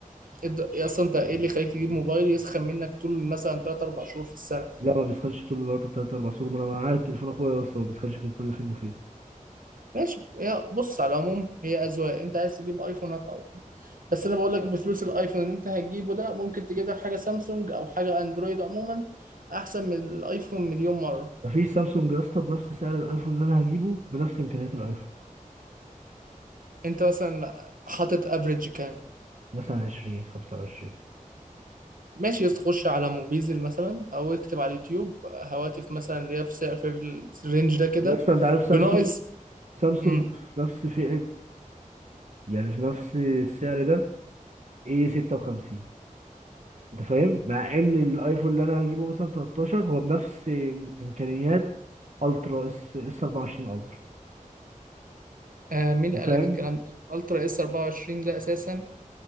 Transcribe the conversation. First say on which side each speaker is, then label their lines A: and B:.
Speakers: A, on the right; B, on the right.
A: إد- يا اصلا انت ايه اللي يخليك تجيب موبايل يسخن منك طول مثلا 3 4 شهور في السنه
B: لا ما بيسخنش طول النهار 3 4 سور ما انا معايا تليفون اخويا يا اسطى ما بيسخنش في كل فين وفين
A: ماشي هي بص على العموم هي اذواق انت عايز تجيب ايفون هات ايفون بس انا بقول لك بفلوس الايفون اللي انت هتجيبه ده ممكن تجيب لك حاجه سامسونج او حاجه اندرويد عموما احسن من الايفون مليون مره
B: مفيش سامسونج يا اسطى بنفس سعر الايفون اللي انا هجيبه بنفس امكانيات الايفون
A: انت مثلا حاطط افريج كام
B: مثلا 20 25
A: ماشي تخش على موبيزل مثلا او اكتب على اليوتيوب هواتف مثلا اللي هي في سعر في الرينج ده كده
B: يا اسطى انت عارف سامسونج
A: بناقص
B: سامسونج
A: امم
B: في نفس فئة يعني في نفس السعر ده ايه 56 انت فاهم مع ان الايفون اللي انا هجيبه مثلا 13 هو بنفس امكانيات الترا اس اس 24 الترا
A: آه مين اللي
B: انت
A: قال
B: فاهم
A: لك الكلام ده الترا اس 24 ده اساسا